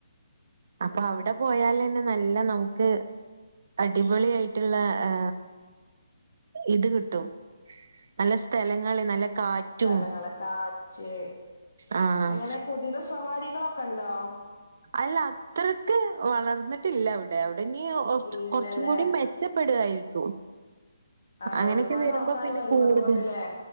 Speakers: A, on the right; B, on the left.
A: അപ്പൊ അവിടെ പോയാലെന്നെ നല്ല നമുക്ക് അടിപൊളി ആയിട്ട്ള്ള ഏ ഇത് കിട്ടും നല്ല സ്ഥലങ്ങള് നല്ല കാറ്റും
B: സ്ഥലങ്ങള് കാറ്റ്
A: ആഹ്
B: അങ്ങനെ കുതിര സവാരികളൊ ക്കെണ്ടോ
A: അല്ല അത്രക്ക് വളർന്നിട്ടില്ല അവ്ടെ അവ് ഇനി ഒർച്ച്
B: ഇല്ലല്ലേ
A: കൊർച്ചും കൂടി മെച്ചപ്പെടായിരിക്കും
B: ആ
A: അങ്ങനെക്കെ
B: ഒരുപാട്
A: വരുമ്പോ
B: ആൾക്കാര്
A: പിന്നെ
B: വരുന്നത്
A: കൂടുതൽ
B: കൊണ്ട്ല്ലേ